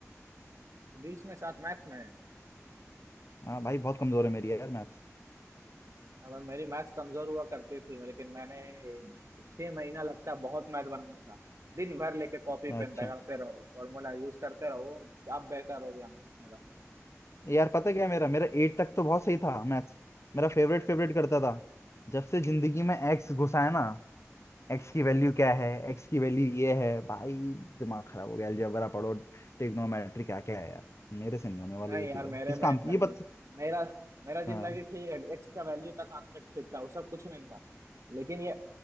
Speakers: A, on the right; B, on the left.
A: बीस में सात मैथ्स में
B: हाँ भाई बहुत कमजोर है मेरी यार मैथ्स
A: और मेरी मैथ्स कमजोर हुआ करती थी लेकिन मैंने छह महीना लगता है बहुत मैथ बनाया था दिन भर लेके कॉपी
B: अच्छा
A: पेन रगड़ते रहो फॉर्मूला यूज करते रहो अब बेहतर हो गया मैथ्स मेरा
B: यार पता क्या है मेरा मेरा एट तक तो बहुत सही था मैथ्स मेरा फेवरेट फेवरेट करता था जब से जिंदगी में एक्स घुसा है ना एक्स की वैल्यू क्या है एक्स की वैल्यू ये है भाई दिमाग खराब हो गया अलजेब्रा पढ़ो ट्रिग्नोमेट्री क्या क्या है यार मेरे से नहीं होने वाली
A: नहीं
B: ये चीजें
A: यार मेरे
B: किस
A: में
B: काम
A: ऐसा
B: की ये
A: नहीं
B: बस
A: है। मेरा मेरा जिंदगी
B: हाँ
A: ठीक है एक्स का वैल्यू तक आने तक ठीक था वो सब कुछ नहीं था लेकिन ये